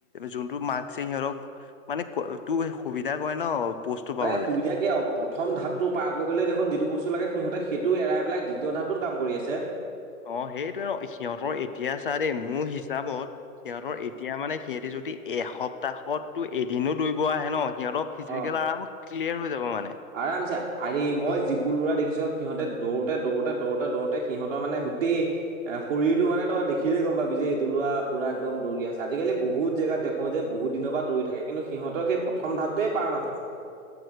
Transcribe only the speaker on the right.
বাই সুবিধা কিয় অ প্ৰথম ধাততটো পাৰ কৰিবলে দেখোন যিটো বস্তু লাগে সিহঁতে সেইটো এৰাই পেলাই দ্বিতীয় ধাপটোত কাম কৰি আছে
অ
আৰামছে আৰে মই যিবোৰ লৰা দেখিছো সিহঁতে দৌৰোতে, দৌৰোতে, দৌৰোতে, দৌৰোতে সিহঁতৰ মানে গোটেই এ শৰীৰো মানে তই দেখিলেই গ'ম পাবি যে এইটো লোৱা পুৰা একদম দৌৰি আছে। আজিকালি বহুত জেগাত দেখ যে বহুত দিনৰ পৰা দৌৰি থাকে কিন্তু সিহঁতৰ সেই প্ৰথম ধাপটোৱে পাৰ নহয়।